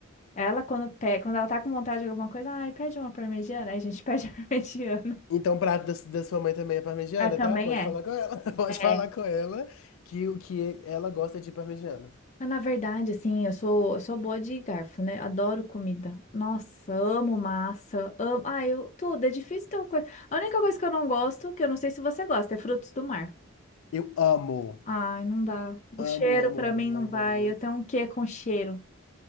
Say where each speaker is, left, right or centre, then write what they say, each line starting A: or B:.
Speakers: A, on the left; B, on the left.
A: Ela, quando, pe... quando ela tá com vontade de alguma coisa, ai, pede uma parmegiana, aí a gente <laughs> pede a parmegiana.
B: Então, o prato da, da sua mãe também é parmegiana,
A: Ela também
B: tá? Pode
A: é.
B: falar com ela. <laughs> Pode
A: É.
B: falar com ela que o que ela gosta é de parmegiana.
A: Mas na verdade, assim, eu sou, eu sou boa de garfo, né? Adoro comida. Nossa, amo massa, amo. Ah, eu tudo. É difícil ter uma coisa. A única coisa que eu não gosto, que eu não sei se você gosta, é frutos do mar.
B: Eu amo.
A: Ai, não dá. O cheiro
B: Amo, amo,
A: pra mim
B: amo,
A: não
B: amo,
A: vai.
B: amo.
A: Eu tenho um quê com cheiro.